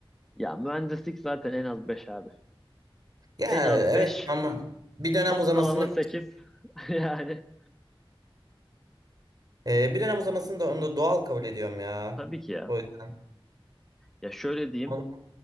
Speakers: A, in the centre; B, on the right.
A: Ya mühendislik zaten en az 5 abi.
B: Ya
A: En az
B: evet
A: 5.
B: ama bir dönem
A: ortalama
B: uzamasını
A: 8. <laughs> Yani
B: e, bir dönem uzamasını da onu da doğal kabul ediyorum ya.
A: tabii ki ya.
B: O yüzden.
A: Ya şöyle diyeyim.
B: Onu-